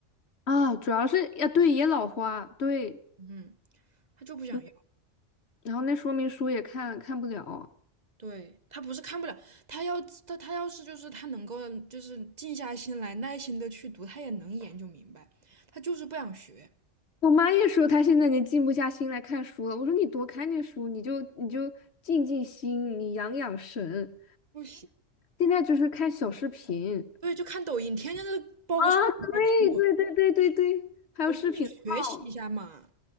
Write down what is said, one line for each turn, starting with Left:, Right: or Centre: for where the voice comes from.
Left: 啊？主要是呀，对，也老花，对
Right: 嗯，他就不想要。
Left: 对，然后那说明书也看看不了。
Right: 对，他不是看不了，他要他他要是就是他能够就是静下心来，耐心的去读，他也能研究明白，他就是不想学，
Left: 我妈也说她现在已经静不下心来看书了。我说你多看点书，你就你就静静心，你养养神。
Right: 不行。
Left: 现在就是看小视频
Right: 对，就看抖音，天天都抱个小孩看抖音
Left: 啊，对对对对对对，还有视频号，
Right: 我说你学习一下嘛，